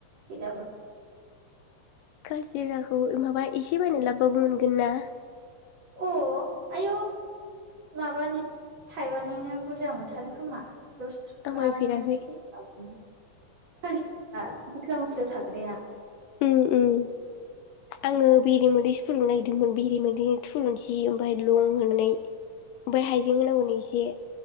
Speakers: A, on the right; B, on the left.
A: गैलाबो
B: कालजिराखौ माबा एसे बायनानै लाबोबाबो मोनगोन ना
A: अ आयु माबानि थाइबानिनो बुरजा मोनथारोखोमा दस थाखानि
B: आं बायफेराखै
A: <unintelligible> मस्ला मस्ला थाग्राराया
B: ओम ओम आङो बेरे मोदैसो फुदुंनो नागिरदोंमोन। बेरे मोनोदै थुलुंसि ओमफ्राय लं होनाय ओमफ्राय हाइ‌ जें होनांगौनो एसे